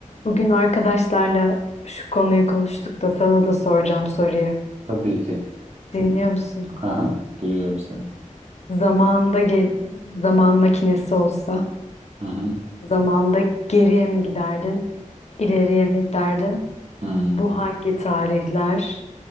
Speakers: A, on the left (about 55°); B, on the right (about 55°).
A: Bugün arkadaşlarla şu konuyu konuştuk da sana da soracağım soruyu.
B: Tabii ki.
A: Dinliyor musun?
B: Aha, duyuyorum seni.
A: Zamanında ge- zaman makinesi olsa,
B: Hı hı.
A: zamanda geriye mi giderdin, ileriye mi giderdin?
B: Hmm.
A: Bu hangi tarihler,